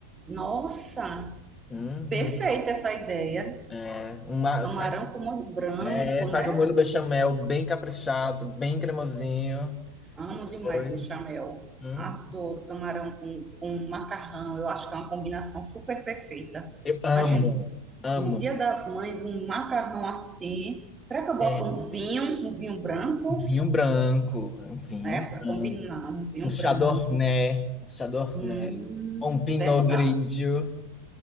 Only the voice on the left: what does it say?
Uhum.
É, uma,
você faz,
é, faz
um molho bechamel bem caprichado, bem cremosinho.
Depois,
hum.
Eu amo,
amo.
É,
um vinho branco, é um vinho
branco.
Um chardonnay,
um chardonnay.
Um pinot
grigio.